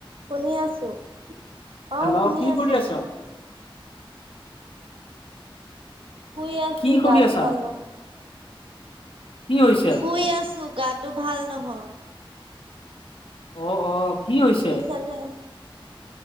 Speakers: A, on the right; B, on the left.
A: শুনি আছোঁ, অ'
B: হেল্ল'
A: শুনি
B: কি
A: আছোঁ।
B: কৰি আছ?
A: শুই আছোঁ,
B: কি কৰি
A: গাটো
B: আছা?
A: ভাল নহয়।
B: কি হৈছে?
A: শুই আছোঁ, গাটো ভাল নহয়।
B: অ', অ' কি হৈছে?
A: চানে